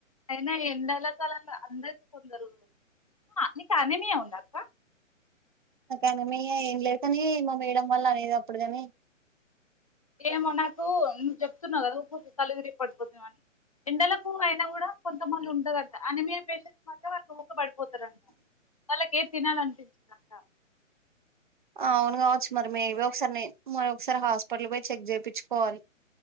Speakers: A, on the left (about 30°); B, on the right (about 40°).
A: అయినా ఎండలకాలం ల అందరికీ కొందరు నీకు అనీమియా ఉందా అక్క
B: నాకు ఆనమీ ఏం లేదు కానీ మా మేడం వాల్లు అనేది అప్పుడు కాని
A: ఏమో నాకు నువ్వు చెప్తున్నావు కదా కళ్ళు తిరిగి పడిపోతు ఎండలకు అయినా కూడా కొంతమంది ఉంటుదంట అనిమయ పేషెంట్స్ మాత్రం వాళ్ళు ఊక పడిపోతారంట వాళ్ళకేమ్ తినాలన్ పిస్ <unintelligible> దంట
B: అవును కావచ్చు మరి మేబో ఒకసారి నేన్ మా ఒకసారి హాస్పిటల్ పోయి చెక్ జెపిచుకోవాలి